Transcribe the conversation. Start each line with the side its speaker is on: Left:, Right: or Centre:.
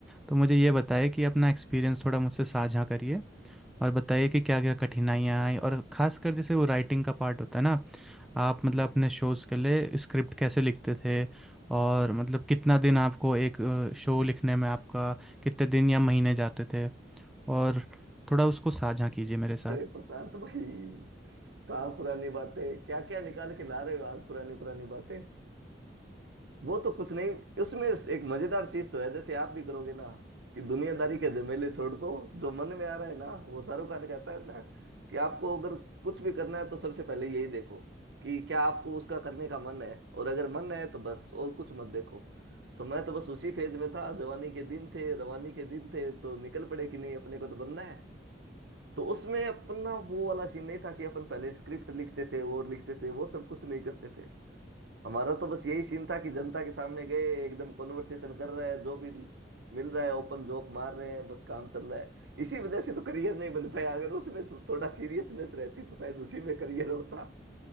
Centre: तो मुझे ये बताइए कि अपना एक्सपीरियंस थोड़ा मुझसे साझा करिए और बताइए कि क्या क्या कठिनाइयाँ आई और ख़ासकर जैसे वो राइटिंग का पार्ट होता है ना आप मतलब अपने शोज़ के लिए स्क्रिप्ट कैसे लिखते थे और मतलब कितना दिन आपको एक शो लिखने में आपका कितने दिन या महीने जाते थे और थोड़ा उसको साझा कीजिए मेरे साथ
Right: अरे प्रशांत भाई कहाँ पुरानी बातें क्या क्या निकाल के ला रहे हो आज पुरानी पुरानी बातें वो तो कुछ नहीं उसमें एक मजेदार चीज तो है जैसे आप भी करोगे ना कि दुनियादारी के झमेले छोड़ दो जो मन में आ रहा है ना वो शाहरुख खान कहता है ना कि आपको अगर कुछ भी करना है तो सबसे पहले यही देखो कि क्या आपको उसका करने का मन है और अगर मन है तो बस और कुछ मत देखो तो मैं तो बस उसी फेज में था जवानी के दिन थे रवानी के दिन थे तो निकल पड़े कि नहीं अपने को तो बनना है तो उसमें अपना वो वाला सीन नहीं था कि अपन पहले स्क्रिप्ट लिखते थे और लिखते थे वो सब कुछ नहीं करते थे हमारा तो बस यही सीन था कि जनता के सामने गए एकदम कॉन्वर्सेशन कर रहे हैं जो भी मिल रहा है ओपन जोक मार रहे हैं बस काम चल रहा है इसी वजह से तो करियर नहीं बन पाया अगर उसमें थोड़ा सीरियसनेस रहती तो शायद उसी में करियर होता